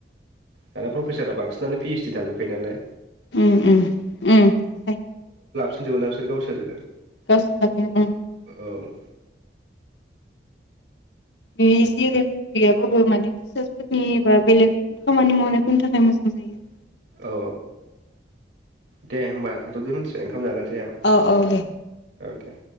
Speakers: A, on the right; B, on the left.
A: दाना प्रफेसारा बांसिनानो पी एच डी थाजोबखायो नालाय
B: अम अम अम थाखा
A: होनजोबो ना बिसोर गावसोरो
B: <unintelligible>
A: औ
B: बे एसे एरै गैयाबाबो माने टिचार्सफोरनि बा बेलेग खामानि मावनायफोरनि थाखाय मोजां जायो आरो।
A: औ दे होमबा थाथ'दो मिथिबाय ओंखाम जागोनसै आं
B: आरो औ औ दे
A: औ दे